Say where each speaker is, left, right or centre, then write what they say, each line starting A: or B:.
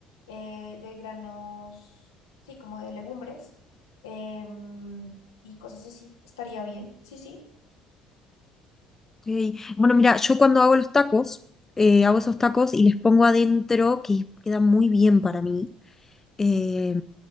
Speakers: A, on the left; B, on the left.
A: eh, de granos, sí, como de legumbres em, y cosas así. Estaría bien. Sí, sí.
B: Ok. Bueno, mira, yo cuando hago los tacos, eh, hago esos tacos y les pongo adentro, que queda muy bien para mí eh,